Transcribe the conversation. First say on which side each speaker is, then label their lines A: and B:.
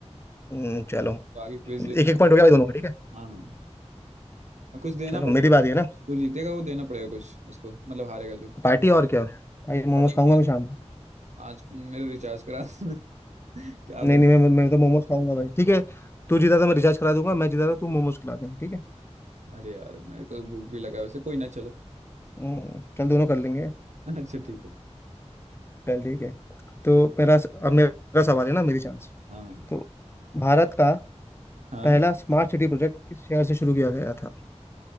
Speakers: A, on the left (about 20°); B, on the right (about 80°).
A: हम्म, चलो
B: तो आगे क्विज देना
A: एक एक पॉइंट हो गया भाई दोनों का ठीक है
B: हाँ हाँ कुछ देना
A: चलो
B: पड़ेगा
A: मेरी बारी है ना
B: जो जीतेगा वो देना पड़ेगा कुछ उसको मतलब हारेगा जो
A: पार्टी और क्या भाई मोमोज
B: अरे
A: खाऊंगा
B: नहीं यार
A: मैं शाम को
B: आज मेरे रिचार्ज करा देना। <laughs> क्या
A: नहीं
B: बोल
A: नहीं मैं मैं तो मोमोज खाऊंगा भाई ठीक है तू जीता तो मैं रिचार्ज करा दूंगा मैं जीता तो तू मोमोज खिला देना ठीक है
B: अरे यार मेरे को तो भूख भी लगा है वैसे कोई ना चलो
A: हम्म, चल दोनों कर लेंगे
B: <laughs> अच्छा ठीक है
A: चल ठीक है तो
B: चल
A: मेरा अब मेरा सवाल है ना मेरी चांस
B: हाँ
A: तो भारत का
B: हाँ
A: पहला स्मार्ट सिटी प्रोजेक्ट किस शहर से शुरू किया गया था